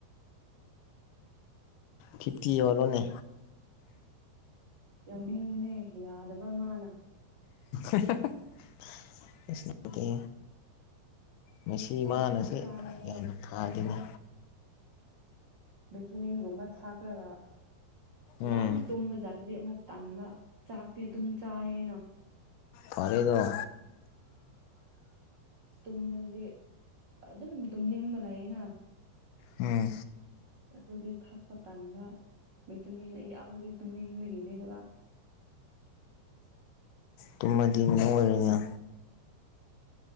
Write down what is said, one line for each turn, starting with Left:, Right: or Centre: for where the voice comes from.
Left: ꯐꯤꯐꯇꯤ ꯍꯜꯂꯣꯅꯦ
Right: ꯌꯥꯎꯅꯤꯡꯕꯅꯦ ꯌꯥꯗꯕ ꯑꯃꯅ
Left: <unintelligible> ꯑꯣꯗꯒꯤ ꯃꯁꯤ
Right: ꯆꯥꯁꯨ
Left: ꯃꯥꯅꯁꯦ
Right: ꯆꯥꯏꯌꯦ
Left: ꯌꯥꯝꯅ ꯊꯥꯗꯅꯤ
Right: ꯚꯦꯇꯃꯤꯟꯒꯨꯝꯕ ꯊꯥꯛꯈ꯭ꯔꯒ
Left: ꯎꯝ
Right: ꯌꯥꯝ ꯇꯨꯝꯕ ꯖꯥꯠꯇꯗꯤ ꯑꯃꯨꯛ ꯇꯥꯟꯕ ꯆꯥꯛꯇꯤ ꯑꯗꯨꯝ ꯆꯥꯏꯌꯦꯅ
Left: ꯐꯔꯦꯗ
Right: ꯇꯨꯝꯕꯗꯗꯤ ꯑꯗꯨꯝ ꯇꯨꯝꯅꯤꯡꯕ ꯂꯩꯌꯦꯅ
Left: ꯎꯝ
Right: ꯑꯗꯨꯗꯤ ꯊꯥꯛꯄ ꯇꯥꯟꯕ ꯃꯩꯇꯝꯃꯦꯅ ꯑꯩ ꯌꯥꯝꯕꯗꯤ ꯇꯨꯝꯅꯤꯡꯕꯒꯤꯅꯦꯕ
Left: ꯇꯨꯝꯃꯗꯤ ꯃꯔ ꯑꯣꯏꯔꯤꯉ